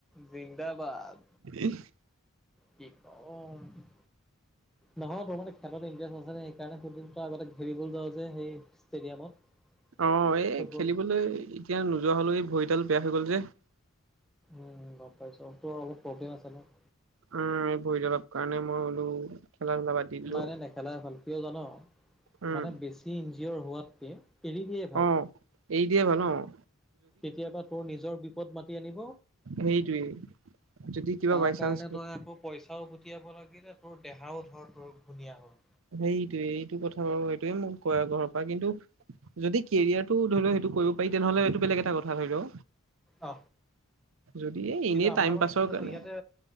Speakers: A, in the centre; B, on the right.
A: জিন্দাবাদ।
B: ইচ্।
A: কি <unintelligible> ক'ম অ'। নহয় তোৰ মানে খেলত ইণ্টাৰেষ্ট আছে ন সেইকাৰণে দুদিন আগতে খেলিবলৈ যাওঁ যে সেই ষ্টেডিয়ামত।
B: অ', এই
A: ফুটবল
B: খেলিবলৈ এতিয়া নোযোৱা হলেও এই ভৰিডাল বেয়া হৈ গ'ল যে
A: উম, গম পাইছোঁ তোৰ অলপ প্ৰব্লেম আছে ন।
B: উম, এই ভৰিত অলপ কাৰণে মই বোলো খেলা ধূলা বাদ দি দিলো
A: নাই, নাই নে খেলাই ভাল কিয় জান
B: উম
A: মানে বেছি এঞ্জয়জিয়ৰ হোৱাতকে এৰি দিয়ে ভাল।
B: অ এৰি দিয়াই ভাল উম।
A: কেতিয়াবা তোৰ নিজৰ বিপদ মাতি আনিব।
B: হেৰিটোৱে যদি কিবা
A: তাৰ
B: বাই চান্স
A: কাৰণে তই আকৌ পইচাও গটিয়াব লাগিলে তোৰ দেহাও ধৰ তোৰ ঘূনীয়া হ'ল।
B: সেইটোয়ে এইটো কথা বাৰু সেইটোয়ে মোক কয় আৰু ঘৰৰ পৰা কিন্তু যদি কেৰিয়াৰ টো ধৰি লও সেইটো কৰিব পাৰি তেনেহ'লে এইটো বেলেগ এটা কথা। ভাল লও
A: অ
B: যদি
A: কিন্তু
B: এনেই
A: আমাৰ
B: টাইম
A: মানে
B: পাছৰ
A: কি জানো
B: কাৰণে
A: ইয়াতে